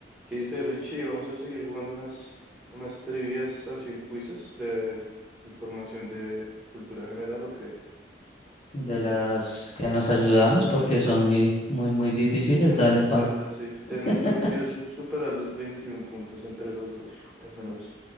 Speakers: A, in the centre; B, on the left (about 35°).
A: ¿Qué dice Richie? Vamos a seguir jugando unas, unas trivias así en quizzes de información de cultura general o qué.
B: De las que nos ayudamos porque son muy, muy, muy difíciles,
A: Muy
B: dale
A: cerda,
B: pa.
A: sí. Te-
B: <laughs>
A: Nuestro objetivo es superar los 21 puntos entre los dos, al menos,